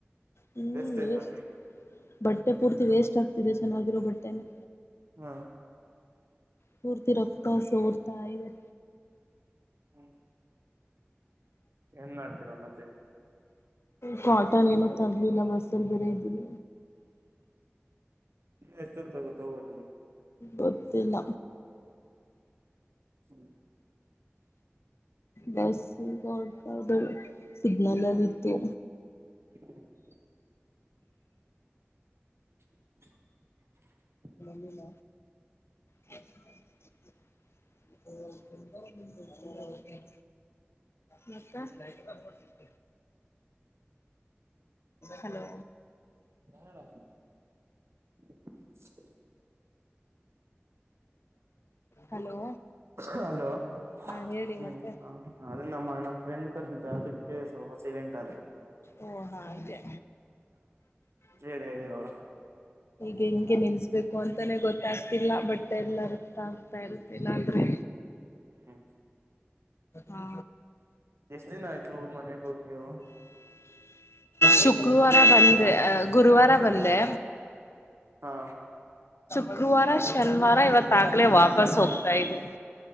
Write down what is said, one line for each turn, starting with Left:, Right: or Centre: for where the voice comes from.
Left: ಹ್ಮ್
Right: ವೇಸ್ಟೇಜ್
Left: ವೇಸ್ಟ್
Right: ಬಟ್ಟೆ
Left: ಬಟ್ಟೆ ಪೂರ್ತಿ ವೇಸ್ಟ್ ಆಗ್ತಿದೆ ಚೆನ್ನಾಗಿರೋ ಬಟ್ಟೆನೆ
Right: ಹಾ
Left: ಪೂರ್ತಿ ರಕ್ತ ಸೋರ್ತ ಈದೆ
Right: ಹ್ಮ್ ಏನ್ ಮಾಡ್ತೀರಾ ಮತ್ತೆ
Left: ಕಾಟನ್ ಏನೂ ತರ್ಲಿಲ್ಲ ಬಸ್ಲ್ಲಿ ಬೇರೆ ಇದ್ದೀನ
Right: ಎಷ್ಟ ತಗೋಗೋದು
Left: ಗೊತ್ತಿಲ್ಲ
Right: ಹ್ಮ
Left: ಬಸ್ ಈಗಡ್ತ ಸಿಗ್ನಲ್ಲ್ಲಿ ಇತ್ತು
Right: ಹ <inaudible> ಹ <inaudible>
Left: ನಿಲ್ಲ <unintelligible> <inaudible> ನಕ್ಕ <inaudible> <unintelligible> ಹಲೋ
Right: ಹಾರಾ ಹ್ಮ್
Left: ಹಲೋ
Right: ಹಲೋ <unintelligible>
Left: ಹಾ ಹೇಳಿ
Right: ಹ್ಮ್
Left: ಮತ್ತೆ
Right: ಅದೇ ನಮ್ಮ ನಮ್ಮ್ ಫ್ರೆಂಡ್ ಕರೆದಿದ್ದ ಅದಕ್ಕೆ ಸ್ವಲ್ಪ ಸೈಲೆಂಟ್ ಅ
Left: ಓ ಹಾ ಹ
Right: ಹೇಳಿ ಹೇಳಿ ಇವಾಗ
Left: ಹೆಂಗೆ ನಿಲ್ಸ್ಬೇಕು ಅಂತಾನೆ ಗೊತ್ತಾಗ್ತಿಲ್ಲ ಬಟ್ ಎಲ್ಲ ರಕ್ತ ಆಗ್ತಾ ಇರುತ್ತಿಲ್ಲ ಅಂದ್ರೆ
Right: ಹ್ಮ್
Left: ಹಾ
Right: ಎಷ್ಟ ದಿನ ಆಯ್ತು ಮನೆಗ ಹೋಗಿ ನೀವು
Left: ಶುಕ್ರವಾರ ಬಂದೆ ಗುರುವಾರ ಬಂದೆ
Right: ಹಾ
Left: ಗುರುವಾರ ಶನಿವಾರ ಇವತ್ತಾಗಲೆ ವಾಪಸ್ ಹೋಗ್ತಾ ಇದೀನಿ